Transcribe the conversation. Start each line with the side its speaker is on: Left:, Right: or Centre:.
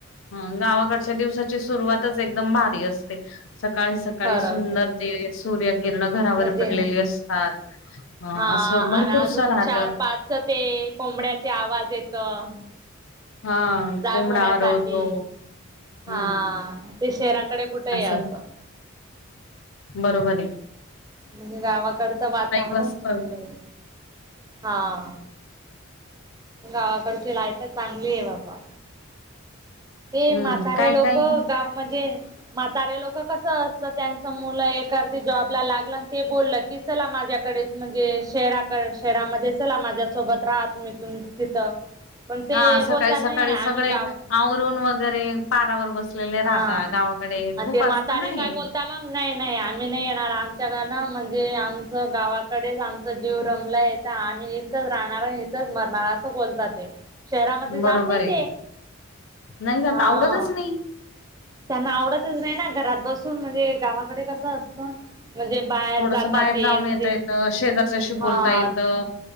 Left: गावाकडच्या दिवसा सुरवातच एकदम भारी असते. सकाळी सकाळी
Right: खरंच
Left: सुंदर ते सूर्य किरण घरावर
Right: म्हणजे
Left: पडलेली असतात. ह
Right: हा..
Left: असं भरपूरस
Right: अन् अजून
Left: राहत
Right: चार पाच तेएए.. कोंबड्याचे आवाज येतं.
Left: हा
Right: जागवण्यासाठी.
Left: कोंबडा आरवतो
Right: हा..
Left: हम्म.
Right: ते शहराकडे कुटय
Left: असं
Right: आता.
Left: बरोबर ये.
Right: म्हणजे गावाकडचं वातावरण
Left: वाजत
Right: चांगलय. हा गावाकडची लायफच चांगली आहे. बाबा ते
Left: हम्म
Right: म्हातारे
Left: काय
Right: लोकं,
Left: काय
Right: गाव म्हणजे म्हातारे लोकं कस असतं त्यांचं मुलं एक, करते जॉबला लागलन ते बोल चला माझ्याकडे म्हणजे शेहराकड शेहरामध्ये चला माझ्यासोबत राहत. तुम्ही तुम-तिथं पण ते
Left: हा सकाळी
Right: बोलता
Left: सकाळी
Right: नाही आम्ही
Left: सगळे
Right: गावाक
Left: आवरून वगैरे पारावर बसलेले राहता
Right: हा
Left: गावाकडे
Right: अन्
Left: खूप
Right: ते म्हातारे
Left: असतं ना हे
Right: काय बोलता मग नाही नाही आम्ही आम्ही नाही येणार आमच्या <unintelligible> म्हणजे आमचं गावाकडेच आमचं जीव रमलाय‌. आता आम्ही इथंच राहणार अन् इथंच मरणार. अस बोलतात ते शहरामध्ये
Left: बरोबर
Right: जात नाहीं
Left: आहे.
Right: ते.
Left: नाही जात
Right: हा...
Left: आवडतच नाही
Right: त्यांना आवडतच नाही ना, घरात बसून म्हणजे गावाकडे कसं असतं. म्हणजे बाहेर
Left: थोडसं
Right: जातात
Left: बाहेर
Right: ते
Left: जाऊन
Right: म्हणजे
Left: येता येतं, शेजारच्याशी
Right: हा
Left: बोलता येतं.